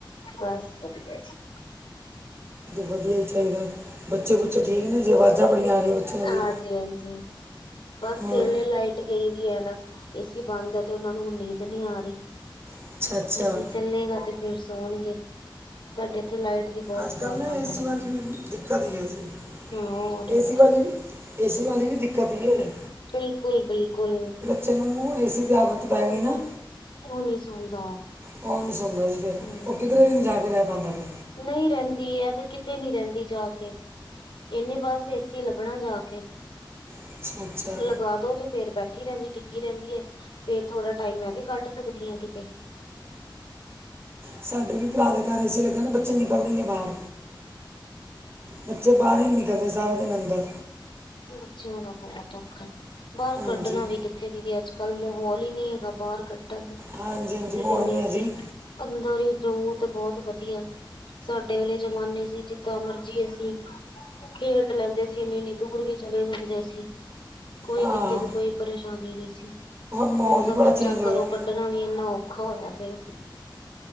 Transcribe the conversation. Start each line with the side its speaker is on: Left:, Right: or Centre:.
Left: ਬਸ ਵਧੀਆ ਜੀ,
Right: ਵਧੀਆ ਹੀ ਚਾਹੀਦਾ। ਬੱਚੇ
Left: ਹੂੰ।
Right: ਬੁੱਚੇ ਠੀਕ ਨੇੇ ਆਵਾਜ਼ਾਂ ਬੜੀਆਂ ਆ ਰਹੀਆਂ ਬੱਚਿਆਂ ਦੀ,
Left: ਹਾਂਜੀ ਹਾਂਜੀ ਬਸ
Right: ਹੋਰ
Left: ਖਲੇ ਲਾਈਟ ਗਈ ਦੀ ਹੈ ਨਾ ਏਸੀ ਬੰਦ ਹੈ ਤੇ ਉਹਨਾਂ ਨੂੰ ਨੀਂਦ ਨੀ ਆ ਰਹੀ।
Right: ਅੱਛਾ ਅੱਛਾ
Left: ਅਸੀ ਚੱਲੇਗਾ, ਤੇ ਫੇਰ ਸੋਣਗੇ ਤੁਹਾਡੇ ਇੱਥੇ ਲਾਈਟ ਦੀ। ਬਹੁਤ
Right: ਅੱਜ-ਕੱਲ੍ਹ
Left: ਪ੍ਰੋਬਲਮ
Right: ਨਾ ਏਸੀ
Left: ਰਹਿੰਦੀ
Right: ਵਾਲੀ
Left: ਹੈ।
Right: ਵੀ ਦਿੱਕਤ ਹੀ ਹੈ, ਜੀ
Left: ਹੋਰ।
Right: ਏਸੀ ਵਾਲੀ ਵੀ, ਏਸੀ ਵਾਲੀ ਵੀ ਦਿੱਕਤ ਕੀ ਹੋ ਜਾਣੀ।
Left: ਬਿਲਕੁਲ ਬਿਲਕੁਲ
Right: ਚਨੂ ਏਸੀ ਦੀ ਆਦਤ ਪੈ ਗਈ ਨਾ
Left: ਉਹ ਨਹੀਂ ਸੌਂਦਾ
Right: ਉਹ ਨਹੀਂ ਸੌਂਦਾ ਜਿਜਰ ਫਿਰ
Left: ਹੂੰ
Right: ਉਹ ਕਿਧਰੇ ਵੀ ਨਹੀਂ ਜਾ ਕੇ ਰਹਿ ਪਾਉਂਦਾ ਫਿਰ
Left: ਨਹੀਂ ਰਹਿੰਦੀ ਹੈ ਤੇ ਕਿਤੇ ਨਹੀਂ ਰਹਿੰਦੀ ਜਾ ਕੇ ਇੰਨੇ ਬਸ ਏਸੀ ਲੱਭਣਾ ਜਾ ਕੇ
Right: ਅੱਛਾ ਅੱਛਾ
Left: ਲਗਾ ਦੋ ਤੇ ਫਿਰ ਬੈਠੀ ਰਹਿੰਦੀ ਟਿੱਕੀ ਰਹਿੰਦੀ ਹੈ, ਫਿਰ ਥੋੜਾ ਟਾਈਮ ਮੈਂ ਵੀ ਕੱਢ ਸਕਦੀ ਹਾਂ ਕਿਤੇ।
Right: ਸਾਡੇ ਵੀ ਭਰਾ ਦੇ ਘਰ ਏਸੀ ਲੱਗਾ ਬੱਚੇ ਨਿਕਲਦੇ। ਬਾਹਰ ਬੱਚੇ ਬਾਹਰ ਹੀ ਨਹੀਂ ਨਿਕਲਦੇ ਸਾਰਾ ਦਿਨ। ਅੰਦਰ
Left: ਬੱਚਿਆਂ ਦਾ ਬਹੁਤ ਔਖਾ ਹੈ ਬਾਹਰ
Right: ਹਾਂਜੀ
Left: ਕੱਢਣਾ ਵੀ ਇੱਥੇ ਦੀਦੀ ਅੱਜ ਕੱਲ ਮਾਹੌਲ ਹੀ ਨਹੀਂ ਹੈਗਾ ਬਾਹਰ ਕੱਟਣ ਨੂੰ ਤੁਸੀਂ
Right: ਹਾਂਜੀ ਹਾਂਜੀ ਮਾਹੌਲ
Left: ਕਹਿੰਦੇ
Right: ਨਹੀਂ
Left: ਆ
Right: ਹੈ ਜੀ
Left: ਕਿ ਅੰਦਰ ਹੀ ਜੋ ਤੇ ਬਹੁਤ ਵਧੀਆ ਸਾਡੇ ਵੇਲੇ ਜ਼ਮਾਨੇ ਸੀ ਜਿੱਦਾਂ ਮਰਜੀ ਅਸੀਂ ਖੇਡ ਲੈਂਦੇ ਸੀ ਇਨੀ ਇਨੀ ਦੂਰ ਹੀ ਚਲੇ ਜਾਂਦੇ ਸੀ ਕੋਈ
Right: ਹਾਂ
Left: ਦਿੱਕਤ ਕੋਈ ਪਰੇਸ਼ਾਨੀ ਨਹੀਂ ਸੀ।
Right: ਮਾਹੌਲ
Left: ਹੁਣ ਤਾਂ
Right: ਹੀ ਬੜਾ
Left: ਬੱਚਾ
Right: ਚੇਂਜ ਹੋ ਗਿਆ
Left: ਘਰੋਂ ਕੱਢਣਾ ਵੀ ਇੰਨਾ ਔਖਾ ਹੋਇਆ ਪਿਆ